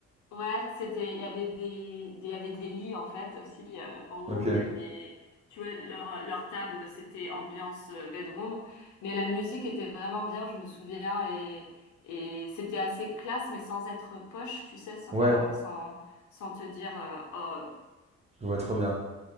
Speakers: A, on the left; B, on the right.
A: Ouais, c'était, il y avait des, des, il y avait des lits en fait aussi euh, en haut.
B: Ok.
A: Il y avait, tu vois, leur, leur table, c'était ambiance euh, bedroom, mais la musique était vraiment bien, je me souviens, et, et c'était assez classe, mais sans être poche, tu sais, sans,
B: Ouais.
A: sans, sans te dire euh, oh,
B: Je vois très bien.